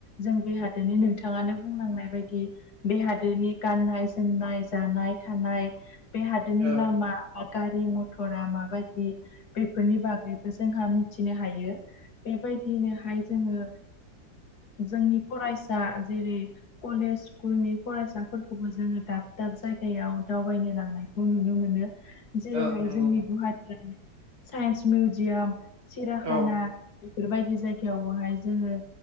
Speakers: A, on the left; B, on the right.
A: जों बे हादोरनि नोंथाङानो बुंलांनाय बाय- बे हादोरनि गाननाय जोमनाय जानाय थानाय बे हादोरनि
B: औ
A: लामा बा गारि मथरा माबायदि बेफोरनि बागै- जोंहा मिथिनो हायो बेबायदिनोहाय जोङो जोंनि फरायसा जेरै कलेज स्कुलनि फरायसा फोरखौबो जोङो दाब दाब जायगायाव दावबायनो लांनायखौ नुनो मोनो जेरैहाय
B: औ नंगौ
A: जोंनि गुवाहाटियाव साइन्स मिउजियाम सिराखाना
B: औ
A: बेफोरबायदि जायगायावहाय जोङो